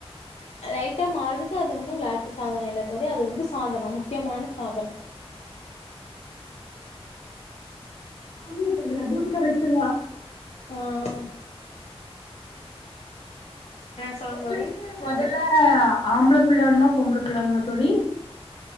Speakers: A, on the left; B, on the left.
A: ரைட்டா மாறுதுக்கு அது ஒன்னு விளாட்டு சாதன இல்லா தோழி அது வந்து சாதனோ முக்கியமான சாதனோ
B: ஆமா தோழி அதுவு கரக்ட் தா
A: ஆஹ் சொல்லுங்க
B: உங்கிட்ட
A: தோழி
B: முதல்ல ஆம்பள பிள்ள பொம்ளபுள்ள வேணுமா தோழி